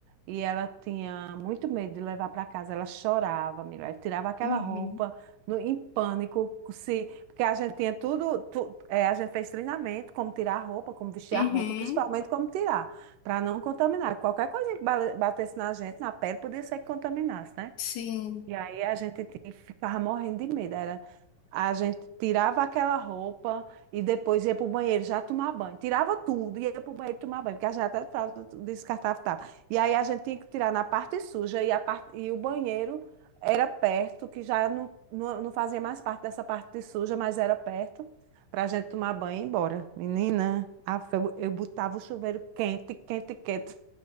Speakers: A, on the right; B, on the left.
A: e ela tinha muito medo de levar para casa. Ela chorava, mulher, tirava aquela
B: Uhum.
A: roupa no, em pânico, se, porque a gente tinha tudo, tu- é, a gente fez treinamento, como tirar a roupa, como vestir
B: Uhum.
A: a roupa, principalmente como tirar, para não contaminar. Qualquer coisa que ba- batesse na gente, na pele, podia ser que contaminasse, né?
B: Sim.
A: E aí a gente ti- ficava morrendo de medo. Era, a gente tirava aquela roupa e depois ia para o banheiro já tomar banho. Tirava tudo e ia para o banheiro tomar banho, porque a gente até fralda tu- descartava e tal. E aí a gente tinha que tirar na parte suja e, a parte, e o banheiro era perto, que já não, não, não fazia mais parte dessa parte suja, mas era perto para a gente tomar banho e ir embora. Menina, a- eu, eu botava o chuveiro quente, quente, quente.